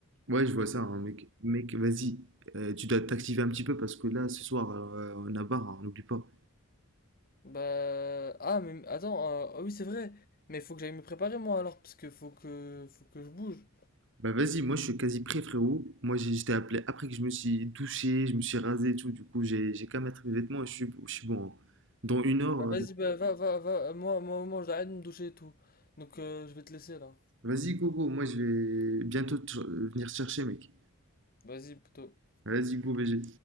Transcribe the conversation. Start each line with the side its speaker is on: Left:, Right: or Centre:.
Right: Ouais, je vois ça, hein, mec. Mec, vas-y. Euh, tu dois t'activer un petit peu parce que là, ce soir, euh, on a barre, hein, n'oublie pas.
Left: Bah. Ah, mais attends, euh, ah oui, c'est vrai. Mais faut que j'aille me préparer, moi, alors, parce que faut que, faut que je bouge.
Right: Bah vas-y, moi je suis quasi prêt, frérot. Moi j'ai- je t'ai appelé après que je me suis douché, je me suis rasé et tout. Du coup, j'ai j'ai qu'à mettre mes vêtements et je suis, je suis bon. hein. Dans une heure,
Left: Bah,
Right: euh,
Left: vas-y, bah, va, va, va. Moi, moi, moi, j'arrête de me doucher et tout. Donc, euh, je vais te laisser, là.
Right: vas-y, go, go. Moi je vais bientôt te- euh, venir te chercher, mec.
Left: Vas-y, plutôt.
Right: Vas-y, go, BG.